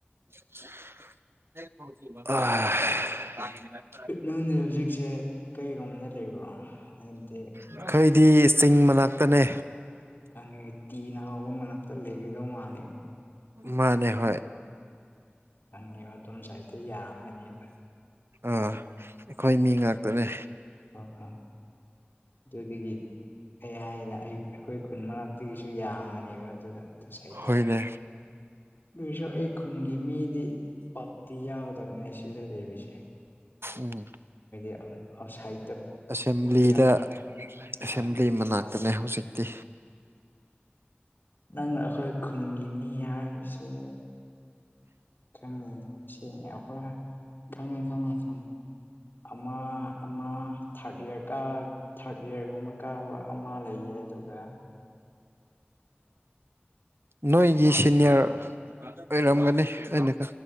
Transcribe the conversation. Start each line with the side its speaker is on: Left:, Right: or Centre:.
Right: <unintelligible>
Left: ꯅꯪꯗꯤ ꯍꯧꯖꯤꯛꯁꯦ ꯀꯩꯔꯣꯝꯗ ꯂꯩꯕ꯭ꯔꯣ ꯍꯥꯏꯕꯗꯤ
Right: ꯑꯩꯈꯩꯗꯤ ꯆꯤꯡ ꯃꯅꯥꯛꯇꯅꯦ
Left: ꯈꯪꯉꯦ ꯇꯤꯅ ꯍꯧꯕ ꯃꯅꯥꯛꯇ ꯂꯩꯒꯗꯧ ꯃꯥꯜꯂꯦ
Right: ꯃꯥꯅꯦ ꯍ
Left: ꯍꯪꯉꯤꯕ ꯑꯗꯨꯝ ꯁꯁꯋꯥꯗ ꯌꯥꯔꯝꯕꯅꯦꯕ
Right: ꯑꯥ ꯑꯩꯈꯣꯏ ꯃꯤ ꯉꯥꯛꯇꯅꯦ
Left: ꯍ ꯍꯣ ꯑꯗꯨꯗꯤꯒꯤ ꯑꯩ ꯍꯥꯏꯌꯦꯅ ꯑꯩ ꯑꯩꯈꯣꯏ ꯈꯨꯟ ꯃꯔꯛꯇꯒꯤꯁꯨ ꯌꯥꯝꯕꯅꯦꯕ ꯑꯗꯨꯗ ꯑꯗꯨ ꯁꯥꯏꯗ
Right: ꯍꯣꯏꯅꯦ
Left: ꯑꯗꯨꯏꯁꯨ ꯑꯩ ꯈꯨꯟꯒꯤ ꯃꯤꯗꯤ ꯄꯛꯇꯤ ꯌꯥꯎꯒꯗꯕꯅꯦ ꯁꯤꯗ ꯂꯩꯔꯤꯁꯦ
Right: ꯎꯝ
Left: ꯑꯥꯎꯠꯁꯥꯏꯗꯠꯇ
Right: ꯑꯦꯁꯦꯝꯕ꯭ꯂꯤꯗꯁꯦꯝ
Left: ꯌꯥꯝ ꯑꯥ
Right: ꯂꯩ ꯃꯅꯥꯛꯇꯅꯦ ꯍꯧꯖꯤꯛꯇꯤ
Left: ꯅꯪ ꯑꯩꯈꯣꯏ ꯈꯨꯟꯒꯤ ꯃꯤ ꯍꯥꯏꯔꯤꯁꯦ ꯈꯪꯉꯤ ꯁꯦꯡꯅ ꯈꯣꯏ ꯈꯉꯦ ꯈꯉꯦ ꯈꯉꯤ ꯑꯃꯥ ꯑꯃ ꯊꯥꯔꯠ ꯏꯌꯥꯔ ꯀ ꯊꯥꯔꯠ ꯏꯌꯥꯔꯒꯨꯝꯕ ꯀꯥꯕ ꯑꯃ ꯂꯩꯌꯦ ꯑꯗꯨꯒ
Right: ꯅꯣꯏꯒꯤ ꯁꯤꯅꯤꯌꯔ ꯑꯣꯏꯔꯝꯒꯅꯤ ꯑꯩꯅ